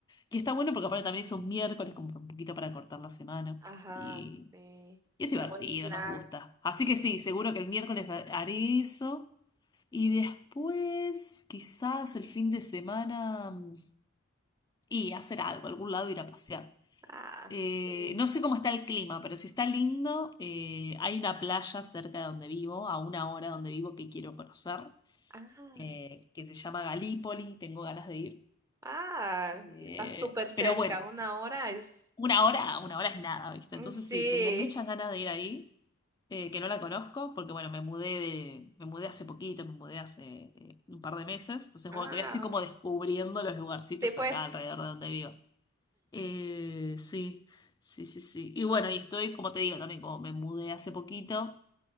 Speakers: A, on the left (about 20°); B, on the right (about 15°).
A: que está bueno porque aparte también es un miércoles, como un poquito para cortar la semana.
B: ajá,
A: Y,
B: sí,
A: y es
B: qué
A: divertido,
B: buen plan.
A: nos gusta. Así que sí, seguro que el miércoles ha- haré eso. Y después, quizás el fin de semana, mm, y hacer algo, algún lado ir a pasear.
B: Ah,
A: Eh,
B: Sí.
A: no sé cómo está el clima, pero si está lindo, eh, hay una playa cerca de donde vivo, a una hora de donde vivo que quiero conocer,
B: ah,
A: eh, que se llama Galípoli, tengo ganas de ir.
B: ah,
A: Eh,
B: está súper cerca,
A: pero bueno,
B: una hora es...
A: una hora, una hora es nada, ¿viste?
B: mm,
A: Entonces
B: Sí,
A: sí, tengo muchas ganas de ir ahí, eh, que no la conozco, porque bueno, me mudé de, me mudé hace poquito, me mudé hace eh, un par de meses, entonces
B: ah,
A: bueno, todavía estoy como descubriendo los lugarcitos
B: sí, pues,
A: acá alrededor de donde vivo. Eh, sí, sí, sí, sí. Y bueno, y estoy, como te digo, también como me mudé hace poquito,